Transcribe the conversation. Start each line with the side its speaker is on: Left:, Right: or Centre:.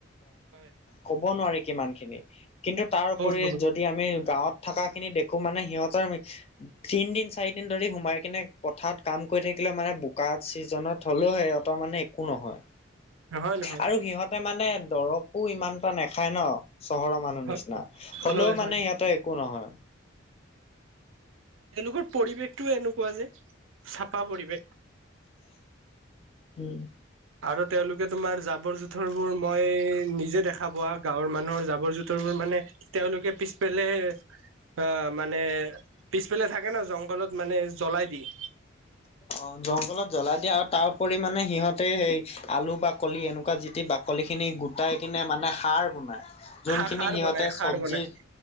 Right: হয়
Left: কব নোৱাৰি কিমান খিনি কিন্ত তাৰ উপৰি
Right: বহুত বহুত
Left: যদি দি আমি গাঁৱত থকা খিনি দেখো মানে সিহঁতৰ তিন দিন চাৰি দিন ধৰি সোমাই কিনে পথাৰত কাম কৰি থাকিলে মানে বোকা ছিজনত হ'লেও হে মানে একো নহয়।
Right: নহয়-নহয়।
Left: আৰু সিহঁতে মানে দৰৱো ইমান এটা নাখায় ন, চহৰৰ মানুহ
Right: হয়
Left: নিচিনা হলেও
Right: হয় হয়
Left: মানে সিহঁতৰ একো নহয়।
Right: তেওঁলোকৰ পৰিৱেশটো এনেকুৱা যে, চাফা পৰিৱেশ।
Left: উম,
Right: আৰু তেওঁলোকে তোমাৰ জাবৰ জোথৰ বোৰ মই নিজে দেখা পোৱা গাঁৱৰ মানুহৰ জাব জৰ জোতৰবোৰ মানে তেওঁলোকে পিছফালে অ, মানে পিছফালে থাকে ন জংঘলত মানে জ্বলাই দিয়ে।
Left: অ', জংঘলত জ্বলাই দিয়া আৰু তাৰ পৰি মানে সিহঁতে সেই আলু বাকলি এনেকুৱা যিটি বাকলিখিনি গোটাই কিনে মানে সাৰ বনায়। যোনখিনি
Right: খা খাৰ
Left: সিহঁতে
Right: বনাই খাৰ
Left: চব্জি
Right: বনাই